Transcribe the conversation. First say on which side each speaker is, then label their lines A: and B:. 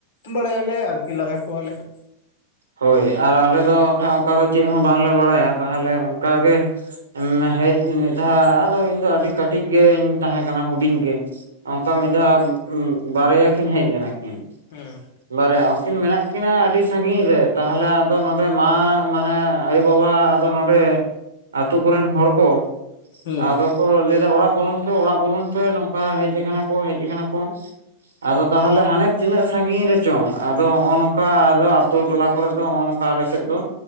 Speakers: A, on the left; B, on the right.
A: ᱵᱟᱲᱟᱭᱟᱞᱮ ᱟᱨᱠᱤ ᱞᱟᱜᱟ ᱠᱚᱣᱟᱞᱮ ᱾
B: ᱦᱳᱭ ᱟᱨ ᱟᱞᱮᱫ ᱫᱚ ᱚᱠᱷᱟ ᱚᱱᱠᱟ ᱫᱚ ᱪᱮᱫ ᱦᱚᱸ ᱵᱟᱝᱞᱮ ᱵᱟᱲᱟᱭᱟ ᱛᱟᱦᱚᱞᱮ ᱚᱱᱠᱟ ᱜᱮ ᱾ ᱦᱮᱡ ᱢᱤᱫ ᱫᱷᱟᱣ ᱟᱫᱚ ᱤᱧ ᱫᱚ ᱟᱹᱰᱤ ᱠᱟᱹᱴᱤᱡᱽ ᱜᱮᱧ ᱛᱟᱦᱮ ᱠᱟᱱᱟ ᱦᱩᱰᱤᱧ ᱜᱮ ᱾ ᱚᱱᱠᱟ ᱢᱤᱫ ᱫᱷᱟᱣ ᱵᱟᱨᱭᱟ ᱠᱤᱱ ᱦᱮᱡ ᱞᱮᱱᱟ ᱠᱤᱱ ᱾
A: ᱦᱩᱸ
B: ᱵᱟᱨᱭᱟ ᱩᱱᱠᱤᱱ ᱢᱮᱱᱟᱜ ᱠᱤᱱᱟᱹ ᱟᱹᱰᱤ ᱥᱟᱹᱜᱤᱧ ᱨᱮ ᱾ ᱛᱟᱦᱚᱞᱮ ᱟᱫᱚ ᱱᱚᱰᱮ ᱢᱟ ᱢᱟᱱᱮ ᱟᱭᱳᱵᱟᱵᱟ ᱟᱫᱚ ᱱᱚᱱᱰᱮ ᱾ ᱟᱛᱳ ᱠᱚᱨᱮᱱ ᱦᱚᱲ ᱠᱚ
A: ᱦᱩᱸ
B: ᱟᱫᱚ ᱾ ᱠᱚ ᱞᱟᱹᱭ ᱫᱟ ᱚᱲᱟᱜ ᱵᱚᱞᱚᱱ ᱯᱮ ᱚᱲᱟᱜ ᱵᱚᱞᱚᱱ ᱯᱮ ᱱᱚᱝᱠᱟ ᱦᱮᱡ ᱠᱟᱱᱟ ᱠᱚ ᱦᱮᱡ ᱠᱟᱱᱟ ᱠᱚ ᱾ ᱟᱫᱚ ᱛᱟᱦᱚᱞᱮ ᱦᱟᱱᱮ ᱛᱤᱱᱟᱹᱜ ᱥᱟᱹᱜᱤᱧ ᱨᱮᱪᱚᱝ ᱟᱫᱚ ᱦᱚᱸᱚ ᱱᱚᱝᱠᱟ ᱟᱫᱚ ᱟᱛᱳ ᱴᱚᱞᱟ ᱾ ᱠᱚᱚᱨᱮ ᱫᱚ ᱦᱚᱸᱚ ᱱᱚᱝᱠᱟ ᱟᱞᱮ ᱥᱮᱫ ᱫᱚ